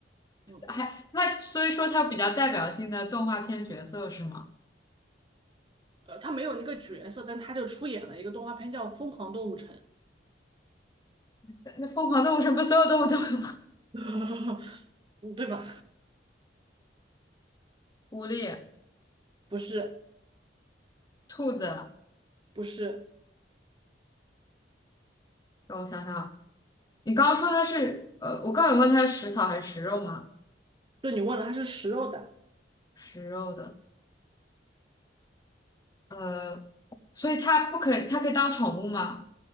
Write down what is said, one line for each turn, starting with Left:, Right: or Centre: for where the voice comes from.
Right: 嗯。
Left: 还它，所以说它比较代表性的动画片角色是吗？
Right: 呃，他没有那个角色，但他就出演了一个动画片叫《疯狂动物城》，
Left: 那那疯狂动物城不所有动物都有吗？
Right: <laughs> 嗯对吧？
Left: 狐狸、
Right: 不是，
Left: 兔子，
Right: 不是，
Left: 让我想想。你刚刚说它是呃，我刚刚有问它是食草还是食肉吗？
Right: 对你问了，他是食肉的，
Left: 食肉的，呃，所以它不可以，它可以当宠物吗？